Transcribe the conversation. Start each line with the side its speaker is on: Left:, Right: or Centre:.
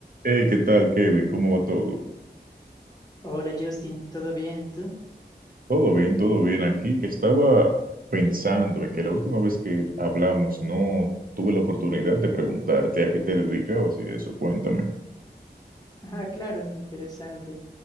Right: Hey, ¿qué tal, Kevin? ¿Cómo va todo?
Left: Hola Justin, ¿todo bien? ¿Y tú?
Right: Todo bien, todo bien. Aquí que estaba pensando en que la última vez que hablamos no tuve la oportunidad de preguntarte a qué te dedicabas y eso. Cuéntame.
Left: Ah, claro, interesante.